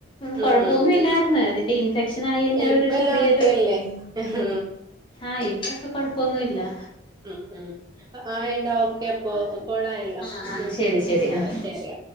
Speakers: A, on the left (about 25°); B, on the right (about 20°).
A: കൊഴപ്പൊന്നും
B: ഉം ഉം
A: ഇല്ലായാർന്നു അതിന്റെ ഇൻഫെക്ഷൻ ആയേന്റെ
B: ഇപ്പ
A: ഒരു ചെറിയൊരു
B: എല്ലാം ഓക്കെയല്ലേ ഉം
A: ആഹ് ഇപ്പൊക്കേ കൊഴപ്പൊന്നുല്യാ
B: ഉം ഉം ആഹ് ഇന്നാ ഓക്കെ അപ്പോ കോളായല്ലോ
A: ആഹ് ആഹ്
B: ഉം
A: ശരി ശരി
B: ആ
A: ആഹ്
B: ശരി